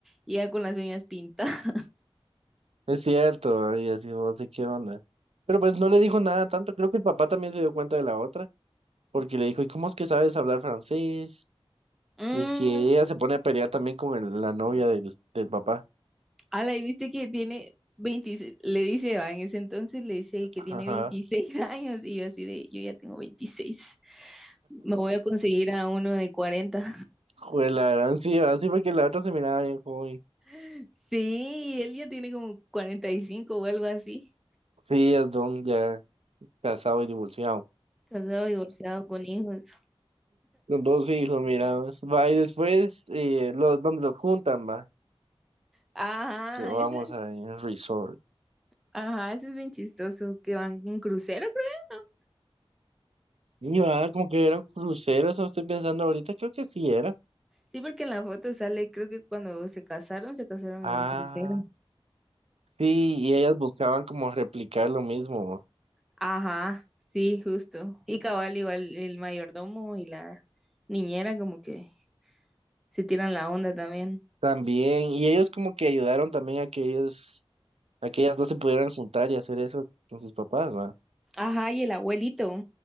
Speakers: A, in the centre; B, on the right.
A: llega con las uñas pintadas. <laughs>
B: Es cierto, va, y así no sé qué onda. Pero pues no le dijo nada tanto. Creo que el papá también se dio cuenta de la otra, porque le dijo, ¿y cómo es que sabes hablar francés?
A: Mm,
B: Y que ella se pone a pelear también con el- la novia del, del papá.
A: ala, y viste que tiene 26. le dice, va, en ese entonces le dice
B: <laughs>
A: que tiene 26 <laughs> años y yo así de, yo ya tengo 26, me voy a conseguir a uno de cuarenta.
B: Joder, la gran sí, ¿verdad? sí, porque la otra se miraba bien joven.
A: <laughs> Sí, él ya tiene como 45 o algo así,
B: Sí, es don ya casado y divorciado.
A: casado, divorciado, con hijos.
B: Con dos hijos, mira. pues. Va, y después, eh, los, donde los juntan, va.
A: Ajá,
B: Que vamos
A: eso es,
B: a ir a resorts.
A: ajá, eso es bien chistoso, que van en crucero, creo, ¿no?
B: Y va, como que eran cruceros, ¿o estoy pensando ahorita, creo que sí era.
A: Sí, porque en la foto sale, creo que cuando se casaron, se casaron
B: Ah,
A: en un crucero.
B: sí, y ellas buscaban como replicar lo mismo. ¿no?
A: Ajá, sí, justo. Y cabal, igual el mayordomo y la niñera como que se tiran la onda también.
B: También, y ellos como que ayudaron también a que ellos, a que ellas dos se pudieran juntar y hacer eso con sus papás, va.
A: Ajá, y el abuelito,